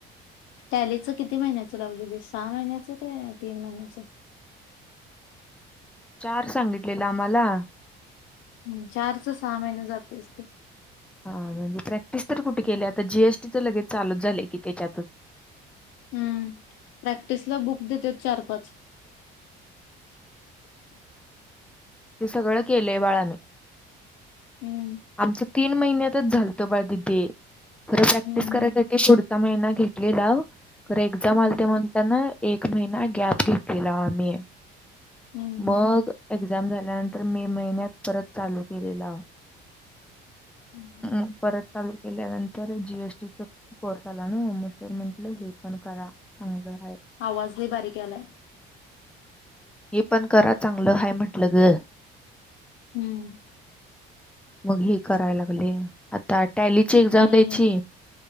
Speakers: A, on the left (about 75°); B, in the centre.
A: टॅलीचं किती महिन्याचं लावलेली सहा महिन्याच ते तीन महिन्याच?
B: चार सांगितलेला आम्हाला.
A: हम्! चारचा सहा महिने जातच ते.
B: हा म्हणजे प्रॅक्टिस तर कुठे केली आता जी एस टीच लगेच चालूच झाले की त्याच्यातच.
A: हम्म प्रॅक्टिसला बुक देतेत चार, पाच
B: ते सगळं केलेय बाळाने
A: हम्म
B: आमचं तीन महिन्यातच झालतं बाळ दिदे खरं प्रॅक्टिस
A: हम्म
B: करायसाठी शूडता महिना घेतलेला खरं एक्झाम
A: हम्म
B: आलत्या म्हणताना एक महिना गॅप घेतलेला आम्ही.
A: हम्म
B: मग
A: हम्म
B: एक्झाम झाल्यानंतर मे महिन्यात परत चालू केलेला.
A: हम्म
B: हम् परत चालू केल्यानंतर जीएसटीचा कोर्स आला नई, म सर म्हनलं हे पण करा चांगलं. आहे
A: आवाज लय बारीक यालाय
B: हे पण करा चांगलं हाय म्हंटलं ग.
A: हम्म.
B: मग हे कराय लागले आता टॅलीची एक्झाम
A: आणि
B: द्यायची,